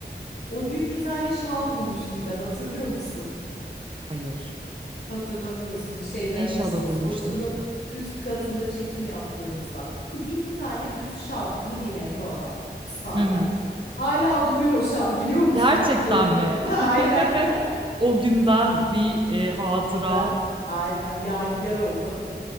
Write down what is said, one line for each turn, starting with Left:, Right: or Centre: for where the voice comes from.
Left: O gün bir tane şal bulmuştum ben hatırlıyor musun?
Right: Hayır.
Left: Hatırlamıyorsun. Şeyde
Right: Ne şalı
Left: işte o
Right: bulmuştun
Left: social'ın
Right: ki?
Left: üst katında çekim yaptığımızda. Bildiğim bir tane düz şal gri hani normal standart.
Right: Hı hı.
Left: Hala duruyor o şal biliyor musun?
Right: Gerçekten
Left: Kullanıyorum.
Right: mi?
Left: <laughs>
Right: <laughs>
Left: Aynen. <laughs>
Right: O günden bir, eee, hatıra.
Left: O günden aynen yadigar oldu.